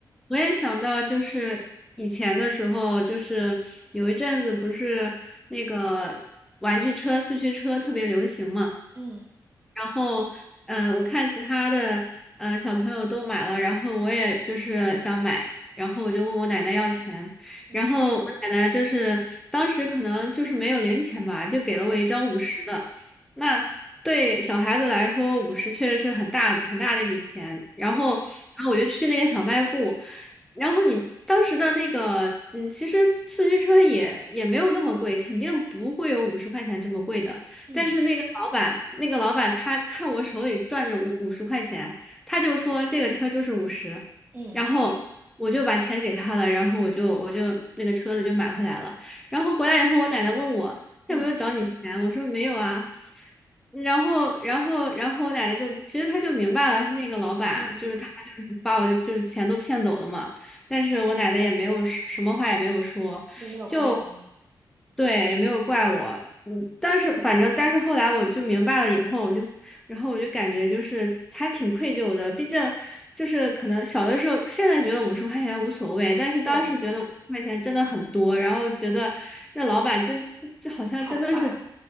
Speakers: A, in the centre; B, on the right (about 25°).
A: 我也想到，就是以前的时候，就是有一阵子不是那个玩具车、四驱车特别流行嘛。
B: 嗯
A: 然后，呃，我看其他的呃小朋友都买了，然后我也就是想买，然后我就问我奶奶要钱，
B: 嗯
A: 然后我奶奶就是当时可能就是没有零钱吧，就给了我一张五十的，
B: 嗯，
A: 那对小孩子来说，五十确实是很大很大的一笔钱。然后，
B: 对，
A: 然后我就去那个小卖部，然后你当时的那个，嗯，其实四驱车也也没有那么贵，肯定不会有五十块钱这么贵的。
B: 嗯
A: 但是那个老板，那个老板他看我手里攥着五五十块钱，他就说这个车就是五十，
B: 嗯
A: 然后我就把钱给他了，然后我就我就那个车子就买回来了。然后回来以后，我奶奶问我。
B: 嗯
A: 他有没有找你钱？我说没有啊。然后，然后，然后我奶奶就其实她就明白了，是那个老板，
B: 嗯，
A: 就是他就是把我的就是钱都骗走了嘛。但是我奶奶也没有说什么话也没有说，
B: 就没有怪你，
A: 就对，也没有怪我。嗯，但是反正，但是后来我就明白了以后，我就，然后我就感觉就是还挺愧疚的。毕竟就是可能小的时候，现在觉得五十块钱无所谓，但是当时觉得五十块钱真的很多，
B: 对，
A: 然后觉得那老板真这这好像真的是，
B: 太坏了。